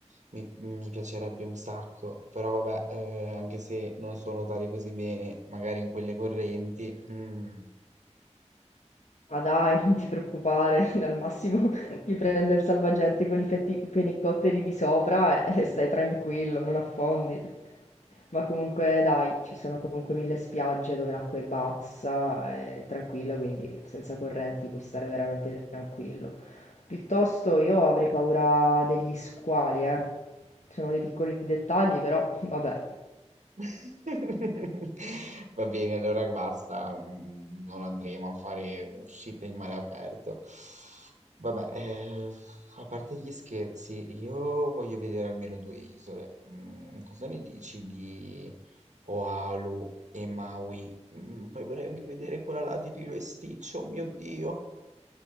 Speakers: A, on the right; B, on the left.
A: mi, mi piacerebbe un sacco. Però vabbè, eh, anche se non so nuotare così bene, magari in quelle correnti. mm.
B: Ma dai, non ti preoccupare, <laughs> al massimo ti prende il salvagente con i fetti- fenicotteri di sopra e, e stai tranquillo, non affondi. Ma comunque dai, ci sono comunque mille spiagge dove l'acqua è bassa, è tranquilla, quindi senza correnti puoi stare veramente tranquillo. Piuttosto io avrei paura degli squali, eh. Sono dei piccoli dettagli, però <laughs> vabbè.
A: <laughs> Va bene, allora basta, mm, non andremo a fare uscite in mare aperto. Vabbè, eh, a parte gli scherzi, io voglio vedere almeno due isole. Mm, cosa ne dici di Oahu e Maui? Mm, poi vorrei anche vedere quella là di Lilo e Stitch, oh mio Dio,